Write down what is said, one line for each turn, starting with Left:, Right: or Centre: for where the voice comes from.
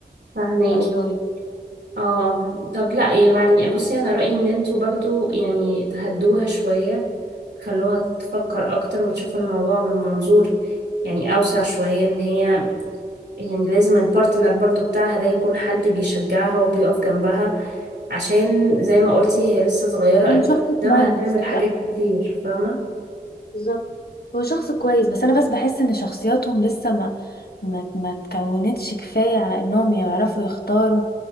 Right: فاهماكي
Left: هيقولوا ايه
Right: اه طب لا يعني بصي أنا رأيي إن انتوا برضو يعني تهدوها شوية خلوها تفكر أكتر وتشوف الموضوع من منظور يعني أوسع شوية إن هي يعني لازم البارتنر برضو بتاعها ده يكون حد بيشجعها وبيقف جنبها عشان زي ما قلتي هي لسه صغيرة
Left: هو
Right: أكيد
Left: شخص
Right: قدامها
Left: كويس
Right: هتعمل حاجات كتير فاهمة
Left: بالظبط هو شخص كويس بس انا بس بحس ان شخصياتهم لسه ما ما ما تكونتش كفايه على انهم يعرفوا يختاروا